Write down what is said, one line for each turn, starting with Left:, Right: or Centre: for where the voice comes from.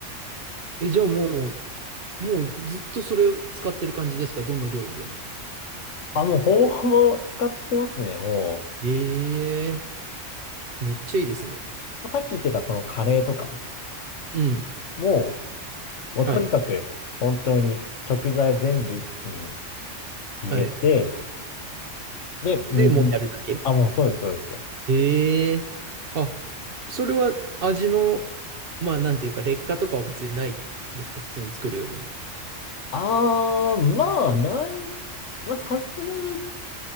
Right: え、じゃあもう、もうずっとそれを使ってる感じですか、どの料理でも。
Left: あ、もうほぼほぼ使ってますね、も
Right: ええめっちゃいいですね。
Left: う。さっき言ってたそのカレーとか
Right: うん。
Left: も、もうとにかく、
Right: はい。
Left: 本当に食材全部一気に入れて、
Right: はい。
Left: で、水、
Right: で、もうやるだけ。
Left: あ、もうそうです、そうです。
Right: ええあ、それは味の、まあ、なんていうか、劣化とかは別にないですか普通に作るよりも。
Left: あー、まあ、ない、まあ、さすがに、